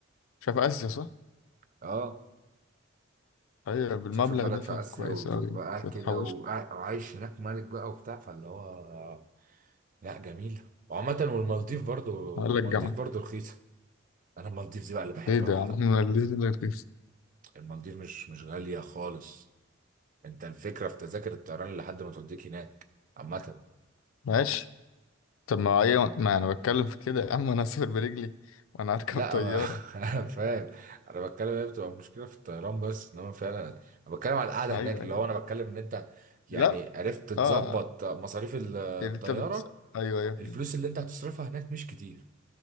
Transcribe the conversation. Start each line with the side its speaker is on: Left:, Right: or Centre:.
Left: شايف آسيا صح؟
Right: اه
Left: أيوة بالمبلغ
Right: تسافر بلد
Left: ده فكويس
Right: في اسيا وتبقى
Left: أوي يعني
Right: قاعد
Left: بس
Right: كده
Left: هتحوش
Right: وقاع- وعايش هناك ملك بقى وبتاع فاللي هو لا جميل وعامة والمالديف برضو
Left: أقول
Right: المالديف
Left: لك جامعة
Right: برضو رخيصة انا المالديف دي بقى اللي بحب
Left: إيه ده
Right: اروح
Left: يا عم
Right: قوي
Left: <laughs> أنا ليه ده رخيص
Right: المالديف مش مش غالية خالص انت الفكرة في تذاكر الطيران لحد ما توديك هناك عامة
Left: ماشي طب ما أيوة ما أنا بتكلم في كده يا عم <laughs> أنا أسافر برجلي وأنا أركب
Right: لا
Left: طيارة
Right: ما <laughs> انا فاهم انا بتكلم هي بتبقى مشكله في الطيران بس انما فعلا انا بتكلم على القعده
Left: أيوة
Right: هناك اللي
Left: يعني
Right: هو انا بتكلم ان انت يعني
Left: لا
Right: عرفت تظبط
Left: اه
Right: مصاريف ال- الطياره
Left: يعني انت بت... ايوه ايوه فاهم.
Right: الفلوس اللي انت هتصرفها هناك مش كتير